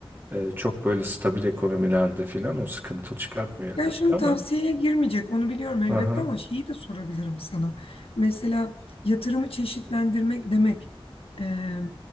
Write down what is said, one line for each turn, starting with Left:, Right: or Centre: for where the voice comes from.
Right: e, çok böyle stabil ekonomilerde filan o sıkıntı çıkartmıyor elbette
Left: Ya şimdi
Right: ama.
Left: tavsiyeye girmeyecek onu biliyorum elbette
Right: Aha.
Left: ama şeyi de sorabilirim sana. Mesela yatırımı çeşitlendirmek demek eee,